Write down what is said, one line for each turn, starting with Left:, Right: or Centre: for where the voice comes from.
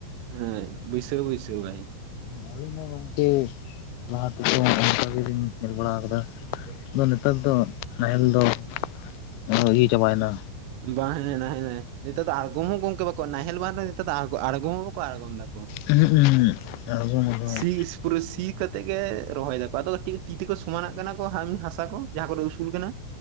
Right: ᱦᱮᱸ ᱵᱟᱹᱭᱥᱟᱹᱣ ᱵᱟᱹᱭᱥᱟᱹᱣ ᱟᱭ᱾
Left: ᱟᱹᱞᱤᱧ ᱦᱚᱸ ᱜᱚᱝᱠᱮ ᱞᱟᱦᱟ ᱛᱮᱫᱚ ᱚᱱᱠᱟ ᱜᱮᱞᱤᱧ ᱧᱮᱞ ᱵᱟᱲᱟ ᱠᱟᱫᱟ ᱾ ᱟᱫᱚ ᱱᱮᱛᱟᱨ ᱫᱚ ᱱᱟᱦᱮᱞ ᱫᱚ ᱟᱨᱦᱚᱸ ᱤᱭᱟᱹ ᱪᱟᱵᱟ ᱭᱮᱱᱟ᱾
Right: ᱵᱟᱝ ᱦᱮᱸ ᱦᱮᱸ ᱱᱟ ᱦᱮᱸ ᱱᱮᱛᱟᱨ ᱫᱚ ᱟᱬᱜᱚᱢ ᱦᱚᱸ ᱜᱚᱢᱠᱮ ᱵᱟᱠᱚ ᱱᱟᱦᱮᱞ ᱵᱟᱝ ᱨᱮᱦᱚᱸ ᱱᱮᱛᱟᱨ ᱫᱚ ᱟᱬᱜᱚᱢ ᱦᱚᱸ ᱵᱟᱠᱚ ᱟᱲᱜᱚᱢ ᱫᱟ᱾
Left: ᱩᱸᱦᱩᱜ ᱩᱸᱦᱩᱜ ᱟᱲᱜᱚᱢ ᱦᱚᱸ ᱵᱟᱝ᱾
Right: ᱥᱤ ᱯᱩᱨᱟᱹ ᱥᱤ ᱠᱟᱛᱮᱜ ᱜᱮ ᱨᱚᱦᱚᱭ ᱫᱟᱠᱚ ᱟᱫᱚ ᱛᱤ ᱛᱤ ᱛᱮᱠᱚ ᱥᱚᱢᱟᱱᱟᱜ ᱠᱟᱱᱟ ᱠᱚ ᱦᱟᱥᱟ ᱠᱚ ᱡᱟᱦᱟᱸ ᱠᱚᱨᱮ ᱩᱥᱩᱞ ᱠᱟᱱᱟ